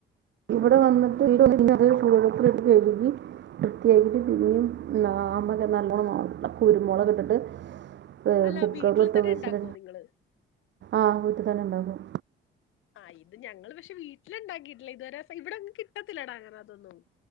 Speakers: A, on the right (about 65°); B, on the left (about 85°).
A: ഇവിടെ വന്നട്ട് <inaudible> ചൂടുവെള്ളത്തലിട്ട് കഴ്കി വൃത്തിയായിട്ട് പിന്നെയും <unintelligible> നല്ലോണം നോ കുരുമുളകിട്ടിട്ട് ഏ
B: അല്ല
A: കുക്കറില്
B: വീട്ടിൽ
A: ഇട്ട്
B: തന്നെ
A: വിസിൽ,
B: ഇണ്ടാക്കുവോ നിങ്ങള്
A: ആഹ് വീട്ടി തെന്നെ ണ്ടാക്കും.
B: ആഹ് ഇത് ഞങ്ങള് പഷെ വീട്ടില് ണ്ടാക്കിയിട്ടില്ല ഇതുവരെ, ഇവിടെങ്ങ് കിട്ടത്തില്ലടാങ്ങന അതൊന്നും